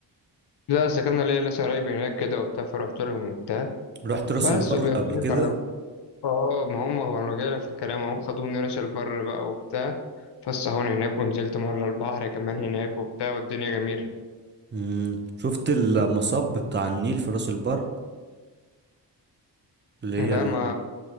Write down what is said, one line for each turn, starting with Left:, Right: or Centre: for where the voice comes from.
Left: لا سكننا ليا ناس قرايب هناك كده وبتاع فرحت لهم وبتاع
Right: رحت راس
Left: بس
Right: البر
Left: وبياخدوني
Right: قبل كده
Left: كرم اه ما هم هو أنا جايلك في الكلام هم خدوني راس البر بقى وبتاع فسحوني هناك ونزلت مرة البحر كمان هناك وبتاع والدنيا جميلة
Right: مم. شفت المصب بتاع النيل في راس البر اللي
Left: لا
Right: هي
Left: ما